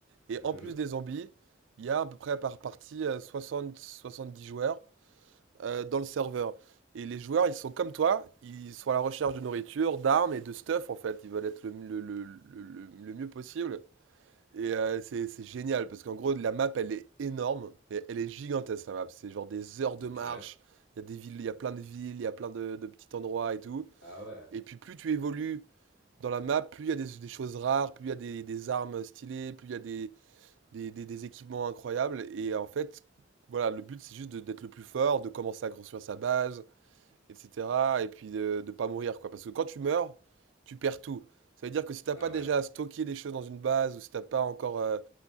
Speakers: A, on the right; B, on the left.
A: Et
B: Mhm.
A: en plus des zombies, il y a à peu près par partie euh, soixante dix joueurs euh, dans le serveur. Et les joueurs, ils sont comme toi, ils sont à la recherche de nourriture, d'armes et de stuff en fait. Ils veulent être le, le- le- le- le- le mieux possible. Et euh, c'est c'est génial parce qu'en gros, la map, elle est énorme, mais elle est gigantesque la map. C'est genre des heures de
B: Ok.
A: marche. Il y a des villes, il y a plein de villes, il y a plein de, de petits endroits et tout.
B: Ah ouais.
A: Et puis plus tu évolues dans la map, plus il y a des, des choses rares, plus il y a des, des armes stylées, plus il y a des, des, des- des équipements incroyables. Et en fait, voilà, le but, c'est juste de- d'être le plus fort, de commencer à construire sa base et cetera et puis de de pas mourir, quoi. Parce que quand tu meurs, tu perds tout. Ça veut dire que si t'as
B: Ah
A: pas déjà
B: ouais.
A: stocké des choses dans une base ou si t'as pas encore, heu,